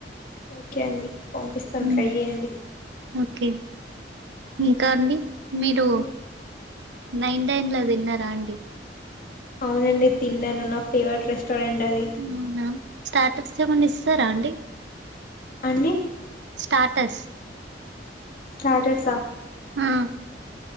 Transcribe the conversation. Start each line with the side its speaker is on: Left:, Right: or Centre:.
Left: ఓకే అండి పంపిస్తాను
Right: ఉమ్
Left: ట్రై చేయండి
Right: ఓకే ఇంకా అండి
Left: చెప్పండి
Right: మీరు నైన్ టైన్ లో వెళ్లినారా అండి
Left: అవునండి తిన్నాను నా ఫేవరెట్ రెస్టారెంట్ అది
Right: అవునా స్టార్టర్స్ ఏమన్నా ఇస్తారా అండి
Left: అండి
Right: టాటస్
Left: స్టాటర్సా
Right: ఆ